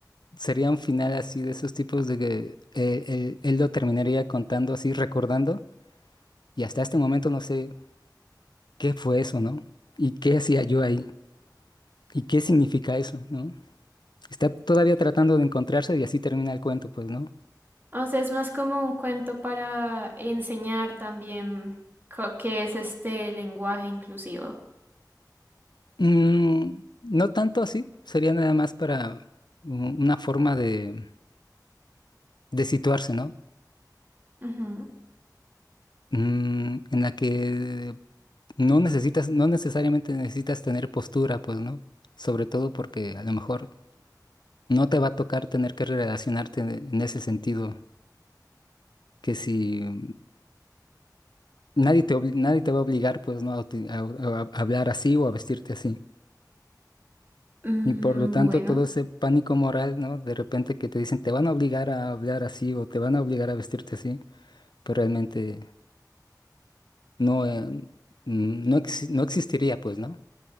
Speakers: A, on the left; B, on the right.
A: sería un final así de esos tipos de que eh, él, él lo terminaría contando así, recordando, y hasta este momento no sé qué fue eso, ¿no? ¿Y qué hacía yo ahí? ¿Y qué significa eso, ¿no? Está todavía tratando de encontrarse y así termina el cuento, pues, ¿no?
B: o sea, es más como un cuento para enseñar también co- qué es este lenguaje inclusivo?
A: Mm, no tanto así, sería nada más para un- una forma de, de situarse, ¿no?
B: Ujú.
A: Mm, en la que no necesitas, no necesariamente necesitas tener postura, pues, ¿no? Sobre todo porque a lo mejor no te va a tocar tener que relacionarte en en ese sentido, que si mm, nadie te, obli- nadie te va a obligar pues no a, uti- a- a- a hablar así o a vestirte así.
B: Mm,
A: Y por lo tanto
B: bueno,
A: todo ese pánico moral, ¿no? De repente que te dicen te van a obligar a hablar así o te van a obligar a vestirte así, pero realmente no, eh, mm, no, exi- no existiría pues, ¿no?